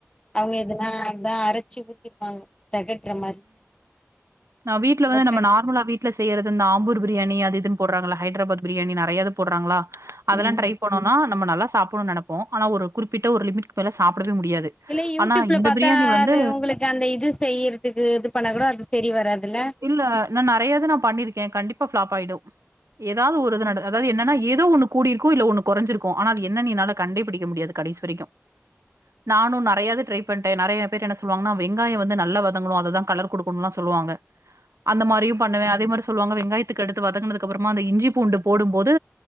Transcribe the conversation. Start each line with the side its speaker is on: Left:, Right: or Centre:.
Left: அவுங்க எதுனா அதா அரச்சு ஊத்திப்பாங்க தெகட்ற மாரி
Right: நா வீட்ல வந்து
Left: ஓட்ட
Right: நம்ம நார்மலா வீட்ல செய்யறது இந்த ஆம்பூர் பிரியாணி அது இது போட்றாங்கள ஹைட்ராபாத் பிரியாணி நெறையது போடுறாங்களா அதெல்லா
Left: ம்
Right: ட்ரை பண் ஆனா நம்ம நல்லா சாப்புனு நெனப்போ ஆனா ஒரு குறிப்பிட்ட ஒரு லிமிட்கு மேல சாப்டவே முடியாது
Left: இல்ல யூடியூப்ல
Right: ஆனா இந்த
Left: பாத்தா
Right: பிரியாணி வந்து
Left: அது உங்களுக்கு அந்த இது செய்யறதுக்கு இது பண்ண கூட அது செரி வராதுல
Right: இல்ல நா நெறையது நா பண்ணிருக்க கண்டிப்பா ஃபிளாப்பாயிடு ஏதாவது ஒரு இது நட
Left: ம்
Right: அதாவது என்னனா ஏதோ ஒன்னுக் கூடியிருக்கு இல்ல ஒன்னு கொறஞ்சிருக்கு ஆனா அது என்னன் என்னால கண்டே பிடிக்க முடியாது கடைஸ் வரைக்கு நானு நெறையது ட்ரை பண்ட்ட நெறைய பேர் என்ன சொல்வாங்னா வெங்காய வந்து நல்லா வதங்ணு அததுதா கலர் குடுக்கணுலா சொல்லுவாங்க அந்த மாரியு பண்ணுவ அதே மாரி சொல்வங்க வெங்காயத்துக்கு அடுத்து வதங்னதுக்கப்றமா அந்த இஞ்சி பூண்டு போடும் போது